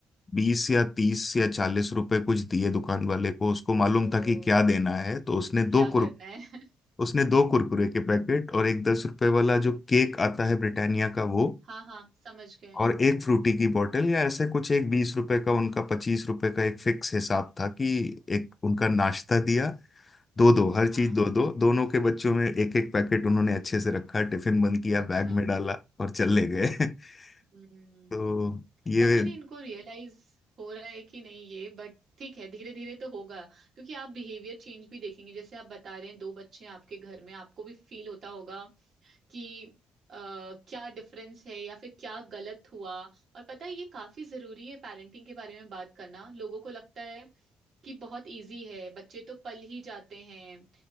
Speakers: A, on the left (about 30°); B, on the right (about 55°).
A: बीस या तीस या चालीस रुपए कुछ दिए दुकान वाले को उसको मालूम
B: ओ
A: था कि क्या देना है तो उसने दो
B: क्या
A: कुर
B: करना है <laughs>
A: उसने दो कुरकुरे के पैकेट और एक दस रुपए वाला जो केक आता है ब्रिटानिया का वो
B: हाँ हाँ समझ गए
A: और एक फ्रूटी की बोतल या ऐसे कुछ एक बीस रुपए का उनका पच्चीस रुपए का एक फिक्स हिसाब था कि एक उनका नाश्ता दिया दो दो हर चीज
B: हाँ
A: दो दो दोनों के बच्चों में एक एक पैकेट उन्होंने अच्छे से रखा टिफिन बंद किया
B: अच्छा
A: बैग में डाला और चले गए
B: हम्म
A: <laughs> तो ये
B: पता नहीं इनको रियलाइज हो रहा है कि नहीं ये बट ठीक है धीरे धीरे तो होगा क्योंकि आप बिहेवियर चेंज भी देखेंगे जैसे आप बता रहे हैं दो बच्चे हैं आपके घर में आपको भी फील होता होगा कि आ, क्या डिफरेंस है या फिर क्या गलत हुआ और पता है ये काफी जरूरी है पेरेंटिंग के बारे में बात करना लोगों को लगता है कि बहुत इजी है बच्चे तो पल ही जाते हैं